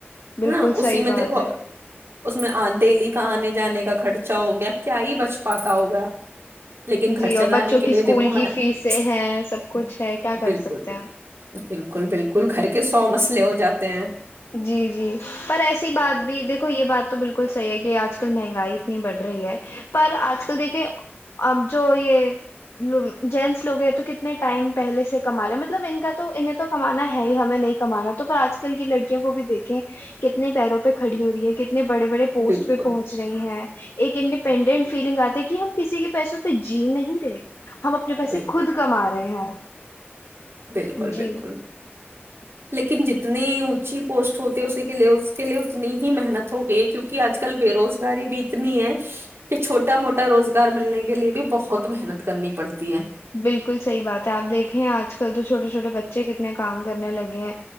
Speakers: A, on the left; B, on the right.
A: بالکل
B: ہے نا اسی
A: صحیح
B: میں
A: بات
B: دیکھو
A: ہے
B: اس میں آ دہلی کہ آنے جانے کا خرچہ ہو گیا کیا ہی بچ پاتا ہوگا لیکن گھر
A: جی اور
B: چلانے
A: بچوں
B: کے
A: کی
B: لیے
A: اسکول
B: دیکھو میں
A: کی
B: بالکل
A: فیس ہے سب کچھ ہے کیا
B: بالکل
A: کر سکتے
B: بالکل
A: ہیں
B: بالکل بالکل گھر کے سو مسئلے ہو جاتے ہیں
A: جی جی پر ایسی بات بھی دیکھو یہ بات تو بالکل بالکل صحی ہے کہ آج کل مہنگائی اتنی بڑھ رہی ہے پر آج کل دیکھے اب جو یہ جینٹس لوگ ہیں تو کتنے ٹائم پہلے سے کما رہے مطلب ان کا تو انہیں تو کمانا ہے ہی ہمیں نہیں کمانا تو پر آج کل کی لی کو بھی دیکھیں کتنے پیروں پہ کھڑی ہو رہی ہے کتنی اپتنے بڑے بڑے پوسٹ
B: بالکل
A: پہ پہنچ رہی ہیں ایک انڈیپینڈنٹ فیلنگ آتے کہ ہم کسی کے پیسوں پہ جی نہیں رہے ہم اپنے پیسے
B: بالکل
A: خود کما
B: بالکل
A: رہے ہیں
B: بالکل
A: جی
B: بالکل لیکن ج اتنی اونچی پوسٹ ہوتی ہے اسی کے لیے اس کے لیے اتنی ہی محنت ہو گئی ہے کیونکہ آج کل بے روز رگاری بھی اتنی ہے کہ چھوٹا موٹا روزگار ملنے کے لیے بھی بہت محنت کرنی پڑتی ہے
A: بالکل صحی بات ہے آپ دیکھیں آج کل تو چھوٹے چوٹے بچے کتنے کام کرنے لگے ہیں